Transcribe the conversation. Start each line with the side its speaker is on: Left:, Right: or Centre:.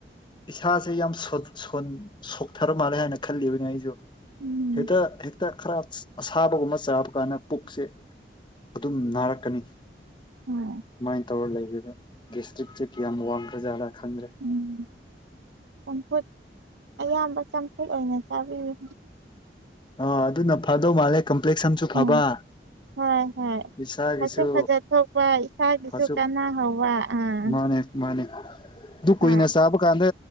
Left: ꯏꯁꯥꯁꯦ ꯌꯥꯝ ꯁꯣꯛꯊꯔ ꯃꯥꯜꯂꯦ ꯍꯥꯏꯅ ꯈꯜꯂꯤꯕꯅꯦ ꯑꯩꯁꯨ
Right: ꯎꯝ
Left: ꯍꯦꯠꯇꯥ ꯍꯦꯛꯇ ꯈꯔ ꯑꯁꯥꯕꯒꯨꯝꯕ ꯆꯥꯕ ꯀꯥꯟꯗ ꯄꯨꯛꯁꯦ ꯑꯗꯨꯝ ꯅꯥꯔꯛꯀꯅꯤ
Right: ꯍꯣꯏ
Left: ꯁꯃꯥꯏꯅ ꯇꯧꯔ ꯂꯩꯔꯤꯗ ꯒꯦꯁꯇ꯭ꯔꯤꯛꯁꯦ ꯀꯌꯥꯝ ꯋꯥꯡꯈ꯭ꯔꯥꯖꯥꯠꯂꯥ ꯈꯪꯗ꯭ꯔꯦ
Right: ꯎꯝ ꯆꯝꯐꯨꯠ ꯑꯌꯥꯝꯕ ꯆꯝꯐꯨꯠ ꯑꯣꯏꯅ ꯆꯥꯕꯤꯌꯨ
Left: ꯑ ꯑꯗꯨꯅ ꯐꯗꯧ ꯃꯥꯜꯂꯦ ꯀꯝꯄ꯭ꯂꯦꯛꯁꯁꯨ
Right: ꯎꯝ
Left: ꯐꯕ
Right: ꯍꯣꯏ ꯍꯣꯏ
Left: ꯏꯁꯥꯒꯤꯁꯨ
Right: ꯐꯁꯨ ꯐꯖꯠ ꯊꯣꯛꯄ ꯏꯁꯥꯒꯤꯁꯨ
Left: ꯐꯁꯨ
Right: ꯀꯥꯟꯅꯍꯧꯕ ꯑꯥ
Left: ꯃꯥꯅꯦ ꯃꯥꯅꯦ ꯑꯗꯨ ꯀꯨꯏꯅ
Right: ꯍꯣꯏ
Left: ꯆꯥꯕ ꯀꯥꯟꯗ